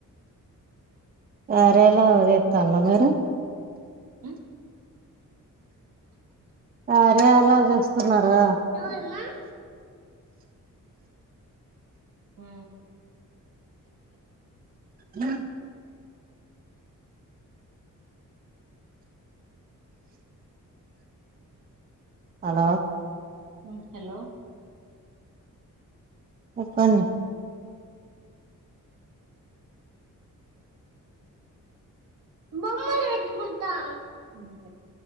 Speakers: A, on the right (about 30°); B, on the right (about 75°).
A: వరల <unintelligible> మీరు
B: హ్మ్
A: ఆరాలా చేూస్తున్నారా
B: చోలీ మ్
A: మ్ హలో
B: ఉం హలో
A: చెప్పండి
B: బొమ్మలు ఎటుకుంట <unintelligible>